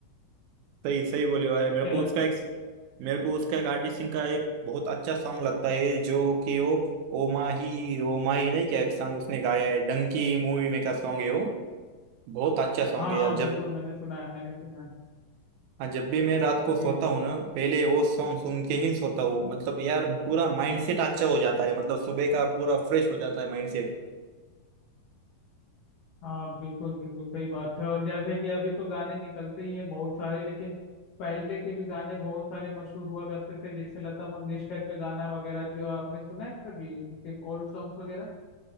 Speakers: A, on the right; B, on the left.
A: सही सही बोले भाई मेरे
B: क्या
A: को
B: लगता
A: उसका एक
B: है
A: मेरे को उसका एक अरिजीत सिंह का एक बहुत अच्छा सॉन्ग लगता है जो कि वो ओ माही ओ माही नहीं क्या एक सॉन्ग उसने गाया है डंकी मूवी में का सॉन्ग है वो बहुत अच्छा सॉन्ग
B: हाँ
A: है यार
B: हाँ बिल्कुल
A: जब
B: मैंने सुना है मैंने सुना है
A: हाँ जब भी मैं रात को सोता
B: जी जी
A: हूँ ना पहले वो सॉन्ग सुन के ही सोता हूँ मतलब यार पूरा माइंडसेट अच्छा हो जाता है मतलब सुबह का पूरा फ्रेश हो जाता है माइंडसेट
B: हाँ बिल्कुल बिल्कुल सही बात है और जैसे कि अभी तो गाने निकलते ही हैं बहुत सारे लेकिन पहले के भी गाने बहुत सारे मशहूर हुआ करते थे जैसे लता मंगेशकर का गाना वगैरह जो आपने सुना है कभी उनके ओल्ड सॉन्ग वगैरह